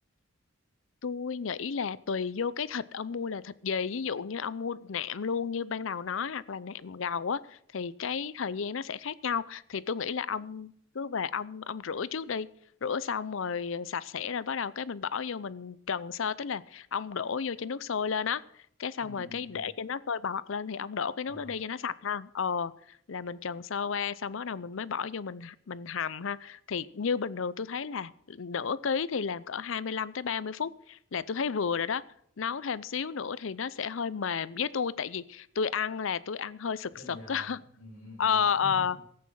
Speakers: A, on the left (about 70°); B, on the left (about 40°).
A: Tôi nghĩ là tùy vô cái thịt ông mua là thịt gì ví dụ như ông mua nạm luôn như ban đầu nói hoặc là nạm gầu á thì cái thời gian nó sẽ khác nhau thì tôi nghĩ là ông cứ về ông ông rửa trước đi rửa xong rồi sạch sẽ rồi bắt đầu cái mình bỏ vô mình trần sơ tức là ông đổ vô cho nước sôi lên á cái xong
B: ừ
A: rồi
B: ừ
A: cái
B: ừ
A: để cho nó sôi bọt lên thì ông đổ cái
B: ờ
A: nước đó đi cho nó sạch ha ờ là mình trần sơ qua xong bắt đầu mình mới bỏ vô mình mình hầm ha thì như bình thường tôi thấy là nửa ký thì làm cỡ 25 tới 30 phút là tôi thấy vừa rồi đó nấu thêm xíu nữa thì nó sẽ hơi mềm với tôi tại vì tôi ăn là tôi ăn hơi sực
B: cái đường
A: sực
B: dài
A: á <laughs>
B: ừ ừ
A: ờ
B: đúng
A: ờ
B: <laughs>